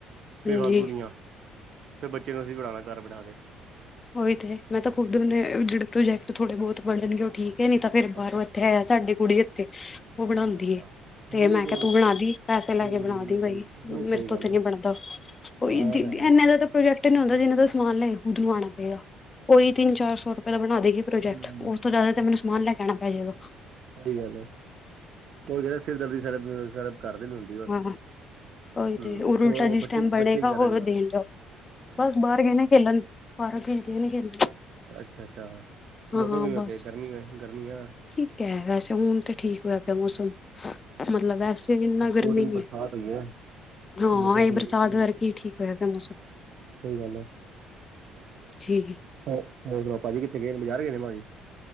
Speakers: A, on the right; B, on the left.
A: ਬੇਫਾਲਤੂ
B: ਹਾਂਜੀ
A: ਦੀਆਂ ਫਿਰ ਬੱਚੇ ਨੂੰ ਅਸੀਂ ਪੜਾਉਣਾ ਘਰ ਬਠਾ ਕੇ
B: ਉਹੀ ਤੇ ਮੈਂ ਤਾਂ ਖੁਦ
A: ਹੂੰ
B: ਜਿਹੜੇ ਪ੍ਰੋਜੈਕਟ ਥੋੜੇ ਬਹੁਤ ਪੜ੍ਹਣਗੇ ਉਹ ਠੀਕ ਕਿ ਨੀ ਤਾਂ ਫੇਰ ਬਾਹਰੋਂ
A: ਅੱਛਾ ਅੱਛਾ
B: ਇੱਥੇ ਆਇਆ ਸਾਡੇ ਕੁੜੀ ਇੱਥੇ ਉਹ ਬਣਾਉਂਦੀ
A: ਅੱਛਾ ਅੱਛਾ
B: ਏ ਤੇ
A: ਹੂੰ
B: ਮੈਂ
A: ਦੋ
B: ਕਿਹਾ ਤੂੰ ਬਣਾ ਦੀ ਪੈਸੇ ਲੈ
A: ਹੂੰ
B: ਕੇ ਬਣਾ ਦੀ ਬਾਈ
A: ਸਹੀ ਨਹੀਂ
B: ਮੇਰੇ
A: ਸਹੀ
B: ਤੋਂ
A: ਗੱਲ
B: ਤੇ ਨੀ
A: ਹੈ
B: ਬਣਦਾ ਉਹ
A: ਹਾਂ
B: ਇਨੇ
A: ਇਹ ਤਾਂ ਹੈ
B: ਦਾ ਪ੍ਰੋਜੈਕਟ ਨੇ ਆਂਦਾ ਜਿਨ੍ਹਾਂ ਦਾ ਸਮਾਨ ਲੈਏਦ ਆਉਣਾ ਉਈ ਤਿੰਨ ਚਾਰ ਸੌ ਰੁਪਏ ਦਾ ਬਣਾ ਦੇਗੀ ਪ੍ਰੋਜੈਕਟ
A: ਹਾਂਜੀ ਹਾਂਜੀ
B: ਉਸ
A: ਹਾਂਜੀ
B: ਤੋਂ ਜ਼ਿਆਦਾ ਤੇ ਮੈਨੂੰ ਸਮਾਨ ਲੈ ਕੇਹਿਣਾ ਪੈ ਜਾਏਗਾ।
A: ਸਹੀ ਗੱਲ ਹੈ ਕੋਈ ਕਹਿੰਦਾ ਸਿਰ ਦਰਦੀ ਸ ਸ ਕਰਦੇ ਨੀ ਹੁੰਦੀ ਬਸ
B: ਹਾਂ ਉਹੀ
A: ਹੂੰ
B: ਤੇ ਉਹਰ ਉਲਟਾ
A: ਹੋਰ
B: ਜਿਸ
A: ਬੱਚੇ
B: ਟਾਈਮ ਬਣੇਗਾ
A: ਬੱਚੇ ਕੀ ਕਰ
B: ਹੋਰ
A: ਰਹੇ ਨੇ ਹੁਣ?
B: ਦੇਣ ਜਾਓ ਬਸ ਬਾਹਰ ਗਹਣੇ ਖੇਲਣ ਪਾਰਕ ਵਿੱਚ ਗਹਣੇ ਖੇਲਣ
A: ਅੱਛਾ, ਅੱਛਾ
B: ਹਾਂ
A: ਮੌਸਮ
B: ਹਾਂ
A: ਕਿਵੇਂ
B: ਬਸ
A: ਉੱਥੇ ਗਰਮੀ, ਗਰਮੀ ਆ
B: ਠੀਕ ਹੈ ਵੈਸੇ ਹੁਣ ਤੇ ਠੀਕ ਹੋਇਆ ਪਿਆ ਮੌਸਮ ਮਤਲਬ ਵੈਸੇ ਇੰਨਾ ਗਰਮੀ
A: ਦੋ ਦਿਨ
B: ਨੀ
A: ਬਰਸਾਤ ਹੋਈ ਹੈ।
B: ਹਾਂ
A: ਤੇ ਮੌਸਮ
B: ਇਹ
A: ਠੀਕ
B: ਬਰਸਾਤ
A: ਹਮ
B: ਕਰਕੇ ਹੀ ਠੀਕ ਹੋਇਆ ਪਿਆ ਮੌਸਮ
A: ਸਹੀ ਗੱਲ ਹੈ।
B: ਠੀਕ
A: ਉਹ ਹੋਰ ਪਾਪਾ ਜੀ ਕਿੱਥੇ ਗਏ ਨੇ ਬਜ਼ਾਰ ਗਏ ਨੇ ਪਾਜੀ